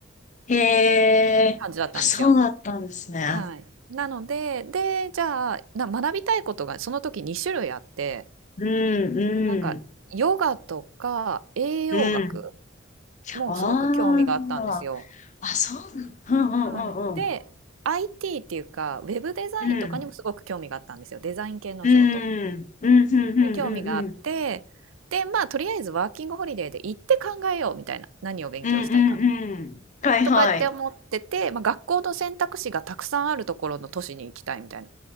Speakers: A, on the left; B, on the right.
A: へえ、
B: 感じだったんですよ。
A: あそうだったんですね。
B: はい。なので、で、じゃあ、な学びたいことがその時2種類あって、
A: うん、うん、
B: なんか、ヨガとか栄養学
A: うん。
B: もすごく興味があったんですよ。
A: ああ、あ、そうなん
B: はい。
A: うん、
B: で、
A: う
B: IT っていうか、ウェブデザインとかにもすごく興味があったんですよ。
A: ん、
B: デザイン系のお仕事
A: うん、うん。うん、うん、うん、
B: に興味があって、
A: うん、
B: で、まあ、とりあえずワーキングホリデーで行って考えようみたいな、何を勉強したいか
A: うん、うん、うん、うん。うんはい、
B: とかって思ってて、
A: はい。
B: まあ、学校の選択肢がたくさんあるところの都市に行きたいみたいな。っ